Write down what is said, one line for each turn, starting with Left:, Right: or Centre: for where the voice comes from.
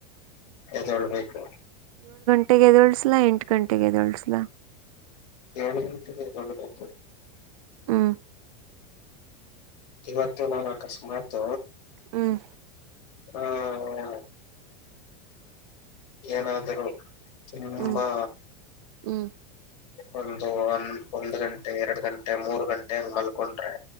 Left: ಎದೋಳ್ಬೇಕು.
Right: ಗಂಟೆಗೆದೋಳ್ಸಲ ಎಂಟು ಗಂಟೆಗೆ ಎದೋಳ್ಸಲ.
Left: ಯೋಳ್ ಗಂಟೆಗೆ ಎದ್ದೇಳೋದು.
Right: ಹ್ಮ
Left: ಇವತ್ತು ನಾ ಆಕಸ್ಮತ್.
Right: ಹ್ಮ್
Left: ಹ್ಮ ಏನಾದರೂ ತುಂಬಾ.
Right: ಹ್ಮ್ ಹ್ಮ್
Left: ಒಂದು ಒ ಒಂದ್ ಗಂಟೆ ಎರಡ್ ಗಂಟೆ ಮೂರ್ ಗಂಟೆಗ ಮಲ್ಕೊಂಡ್ರೆ.